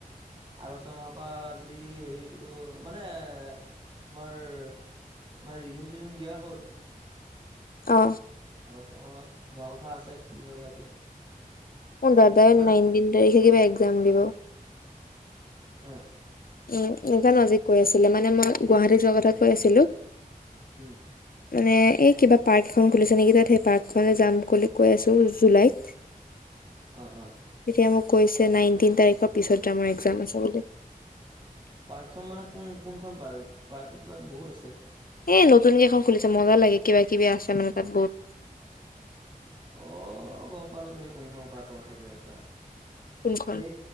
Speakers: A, on the right (about 35°); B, on the left (about 70°).
A: আগষ্ট মাহৰ পৰা যদি হেৰি কিটো মানে তোমাৰ মানে ৰিজিম চিজিম দিয়া হ'ল।
B: অ
A: আগষ্ট মাহত হোৱা কথা আছে কি হয় বা এতিয়া।
B: অ দাদা
A: মানে
B: নাইনটিন তাৰিখে কিবা একজাম দিব।
A: অ
B: উম এটা নজিক কৈ আছিলে মানে মই গুৱাহাটী যোৱা কথা কৈ আছিলো।
A: হম
B: মানে এই কিবা পাৰ্ক এখন খুলিছে নেকি তাত সেই পাৰ্কখনলৈ যাম বুলি কৈ আছো। টো জুলাইত
A: অ অ
B: এতিয়া মোক কৈছে নাইনটিন তাৰিখৰ পিছত আমাৰ একজাম আছে বুলি।
A: পাৰ্কখন মানে কোন কোনখন পাৰ্ক পাৰ্কটো তাত বহুত আছে।
B: এ নতুন কেইখন খুলিছে মজা লাগে কিবা কিবি আছে মানে তাত বহুত
A: অ গম পালো তুমি কোনখৰ পাৰ্কৰ কথা কৈ আছা।
B: কোনখন
A: এ